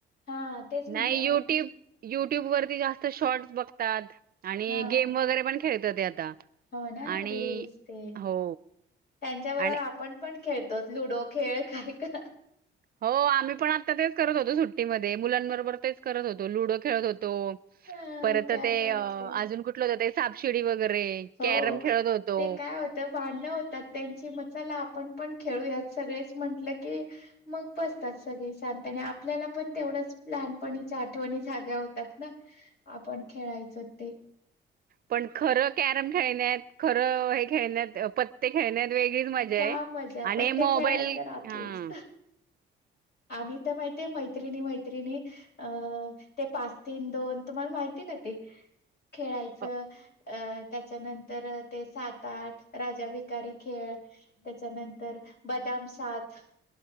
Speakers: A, on the left; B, on the right.
A: हा तेच म्हणते
B: नाय
A: हो
B: युट्यूब
A: तेच-
B: युट्यूब वरती जास्त शॉर्ट्स बघतात आणि
A: हा
B: गेम वगैरे पण खेळतं ते आता.
A: हो ना,
B: आणि
A: रिल्स ते त्यांच्या
B: हो
A: बरोबर
B: आणि
A: आपण पण खेळतो लुडो खेळ काही का
B: हो आम्ही पण आता तेच करत होतो सुट्टीमध्ये, मुलांबरोबर तेच करत होतो लुडो खेळत होतो.
A: अ
B: परत
A: कॅरम
B: ते अं
A: खेळ
B: अजून कुठलं गं ते, सापशिडी वगैरे
A: हो,
B: कॅरम खेळत होतो.
A: ते काय हो तं भाडंण होतात त्यांची म चला आपण पण खेळूयात सगळेच म्हंटलं की मग बसतात सगळं शांत आणि आपल्याला पण तेवढंच लहान-पणीच्या आठवणी जाग्या होतात ना. आपण खेळायचं ते.
B: पण खरं कॅरम खेळण्यात, खरं हे खेळण्यात अं पत्ते खेळण्यात वेगळीच मजा
A: जा
B: ये
A: मजा
B: आणि
A: पत्ते
B: मोबाईल
A: खेळायला तर राहतेच.
B: हं.
A: आम्ही तर माहिती ये मैत्रिणी-मैत्रिणी अ ते पाच तीन दोन तुम्हाला माहितीय आहे का ते? खेळायचं
B: अ,
A: अ त्याच्यानंतर ते सात आठ राजा भिकारी खेळ त्याच्यानंतर बदाम सात